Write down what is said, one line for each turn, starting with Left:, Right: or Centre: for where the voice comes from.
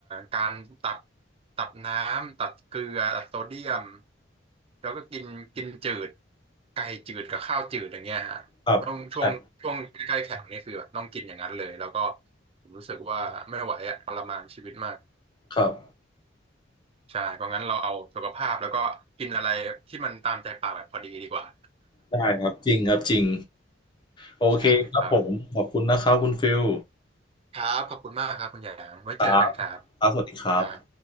Right: การตัดตัดน้ำตัดเกลือตัดโซเดียมแล้วก็กินกินจืดไก่จืดกับข้าวจืดอย่างเงี้ยฮะต้องช่วงช่วงใกล้ๆแข่งนี่คือแบบต้องกินอย่างนั้นเลยแล้วก็
Left: ครับใช่
Right: ผมรู้สึกว่าไม่ไหวอะทรมานชีวิตมาก
Left: ครับ
Right: ใช่เพราะงั้นเราเอาสุขภาพแล้วก็กินอะไรที่มันตามใจปากแบบพอดีดีกว่า
Left: ได้ครับจริงครับจริง
Right: <laughs>
Left: โอเคครับผมขอบคุณนะครับคุณฟิล
Right: ใช่ครับ ครับขอบคุณมากครับคุณหยางไว้เจอกันครับ
Left: ครับครับสวัสดีครับ
Right: ครับ